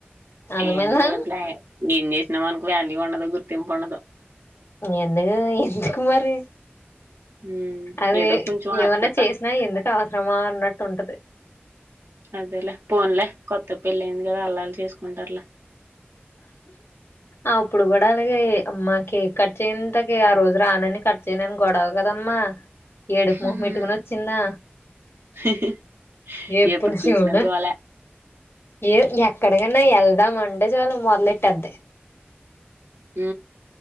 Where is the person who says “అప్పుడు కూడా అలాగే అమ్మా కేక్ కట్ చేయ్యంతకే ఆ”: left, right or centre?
Left